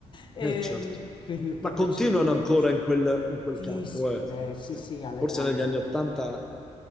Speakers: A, on the left (about 40°); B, in the centre.
A: Ehm,
B: Eh, certo.
A: quindi 85-86.
B: Ma continuano ancora in quel, in quel
A: Sì,
B: campo,
A: sì,
B: eh.
A: beh, sì, sì, alla
B: Forse
A: grande.
B: negli anni Ottanta
A: eh.